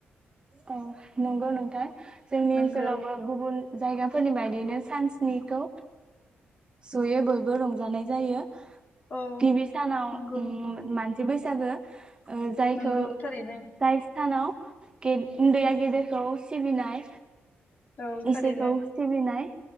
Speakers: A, on the right; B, on the left.
A: औ नंगौ नोंथां जोंनि
B: नंगौ
A: ओनसोलावबो गुबुन जायगाफोरनि बायदियैनो सान स्निखौ जयै बयबो रंजानाय जायो‌
B: औ
A: गिबि सानाव
B: नंगौ
A: ओम मानसि बैसागो ओ जायखौ
B: नंगौ थारैनो
A: जाय सानाव गे उन्दैया गेदेरखौ सिबिनाय।
B: औ थारैनो
A: इसोरखौ सिबिनाय